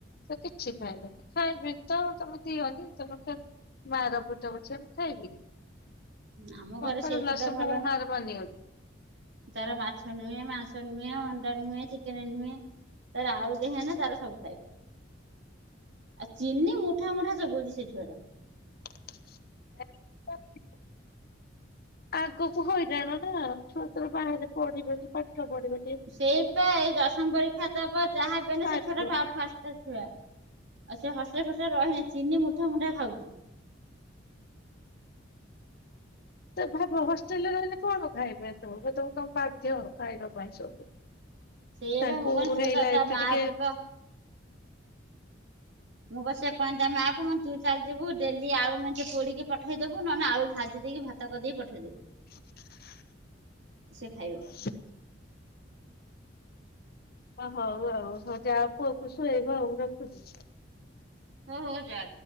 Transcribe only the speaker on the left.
ସେ କିଛି ଖାଇଲେନି ଖାଇବିନିତ ତମେ ଦିଅନି ତମେ ଖା ମାର ପିଟ ପଛେ ମୁଁ ଖାଇବିନି
କଙ୍କଣ
ଲସ
ମଁହାର
ବନେଇ
<unintelligible> ଆଗକୁ ହଇରାଣନା ଛୁଆତ ବାହାରେ ପଢ଼ିବେକି ପାଠପଢ଼ିବେ
ଖାଇବାକୁ
ତ ଭାବ ହଷ୍ଟେଲରେ ରହିଲେ କଣ ଖାଇବା ତ ତମେ ବାଧ୍ୟ ଖାଇବା ପାଇଁ ସବୁ
ତାଙ୍କୁ
ହେଇ
ଲାଇଫ୍
ଟା
ଟିକେ
<inaudible>
ସେ ଓ ହଉ ଆଉ ହଉ ଯାଅ ପୁଅକୁ ଶୁଏଇବ ଆଉ ମୁଁ ରଖୁଛି